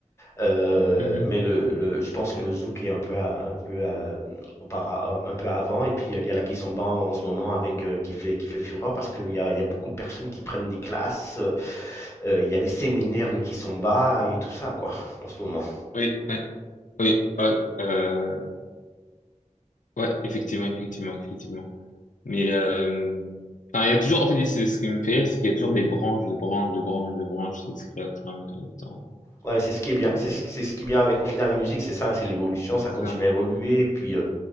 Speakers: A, on the left; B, on the left.
A: Euh,
B: Mhm.
A: mais le, le- je pense que le zouk est un peu, à- un peu, à- aupara- un peu avant. Et puis, il y a la kizomba en, en ce moment avec, euh, qui fait, qui fait fureur parce qu'il y a, il y a beaucoup de personnes qui prennent des classes. euh, euh, il y a des séminaires de kizomba et tout ça, quoi, en ce moment.
B: Oui, ouais, oui, ouais, euh, ouais, effectivement, effectivement, effectivement. Mais euh, enfin, il y a toujours en fait c'est ce qui me fait rire, c'est qu'il y a toujours des branches, de branches, de branches, de branches qui se créent au fur et à mesure du temps.
A: Ouais, c'est ce qui est bien.
B: Et-
A: C'est ce, c'est ce qui est bien avec, au final, la musique, c'est ça, hein, c'est l'évolution, ça
B: C'est
A: continue
B: ça.
A: à évoluer. Puis, euh,